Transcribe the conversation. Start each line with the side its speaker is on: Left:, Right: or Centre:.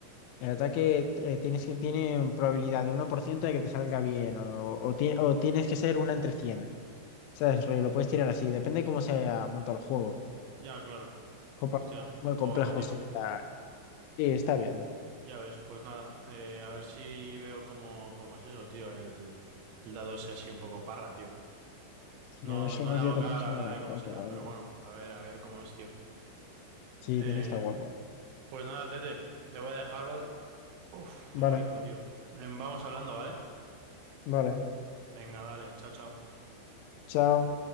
Left: el ataque eh, tienes que, tiene probabilidad de uno por ciento de que te salga bien o, o, ti- o tienes que ser una entre 100. ¿Sabes? Rollo, lo puedes tirar así, depende cómo se monta el juego.
Right: Ya, claro.
Left: Compa-
Right: Hostia.
Left: Muy
Right: Todo
Left: complejo
Right: guapo, tío.
Left: sería. Sí, está bien.
Right: Ya ves. Pues nada. eh, a ver si veo cómo, cómo es eso, tío. El, el dado ese así un poco parra, tío.
Left: Si
Right: No,
Left: a ver si
Right: no
Left: algún
Right: le hago
Left: día te
Right: cara,
Left: puedo enseñar
Right: la verdad,
Left: una
Right: de cómo
Left: foto
Right: será,
Left: o
Right: pero
Left: algo.
Right: bueno, a ver, a ver cómo es, tío.
Left: Sí,
Right: Eh,
Left: tiene que estar guapo.
Right: pues nada, Tete, te voy a dejar, ¿vale? Uf,
Left: Vale,
Right: tengo hipo, tío. Em, vamos hablando, ¿vale?
Left: vale.
Right: Venga, dale, chao, chao.
Left: Chao.